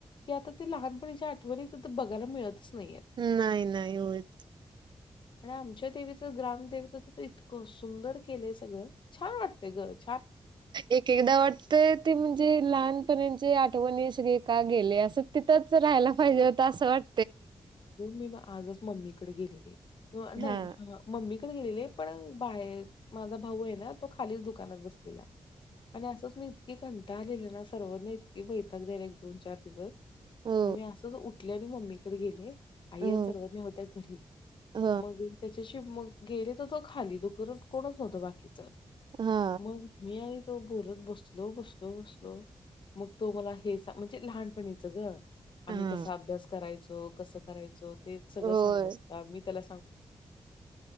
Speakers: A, on the left (about 60°); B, on the right (about 55°).
A: की आता ते लहानपच्या आठवणी बघायला मिळतच नाहीयेत.
B: नाही नाही होच
A: आणि आमच्या देवीच ग्रामदेवीचच तर इतक सुंदर केलंय सगळं छान वाटतय गरज
B: एक एकदा वाटत ते म्हणजे लहानपणी ज आठवणी अस का गेले असं तिथंच राहायला पाहिजे होत असं वाट
A: मी आजच मम्मीकडे गेलेली नाही
B: हा
A: मम्मी गेलेले पण बाहेर माझा भाऊ आहे ना तो खालीच दुकानात बसलेला आणि असंच मी इतकीे कंटाळलेले ना सर्वांनी इतकी बैठक द्याला एक दोन चार दिवस मग
B: हो
A: मी असंच उठल्या मी मम्मीकडे गेले आईन
B: हो
A: सर्वज्ञ होत्या घरीच
B: ह
A: मग त्याच्या मग गेले तर तो खाली दुत कोणच नव्हतं बाकीच
B: हा
A: मग मी तो बोलत बसलो बसलो बसलो मग तो मला हे म्हणजे लहानपणीचं ग आम्ही
B: हा
A: कसा अभ्यास करायचो कसं करायचो ते सगळं
B: होय,
A: सांगत होता मी त्याला